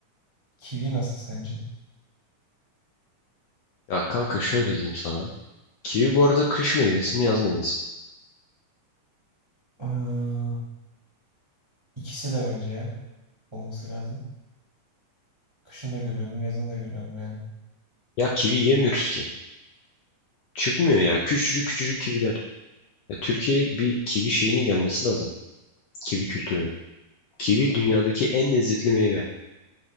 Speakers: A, on the right; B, on the left.
A: Kivi nasıl sence?
B: Ya kanka şöyle diyeyim sana. Kivi bu arada kış meyvesi mi yaz meyvesi mi?
A: Ee, ikisi de bence ya. Olması lazım. Kışın da görüyordum, yazın da görüyordum yani.
B: Ya kivi yemiyoruz ki. Çıkmıyor ya. Küçücük küçücük kiviler. Ya Türkiye'ye bir kivi şeyinin gelmesi lazım. Kivi kültürünün. Kivi dünyadaki en lezzetli meyve.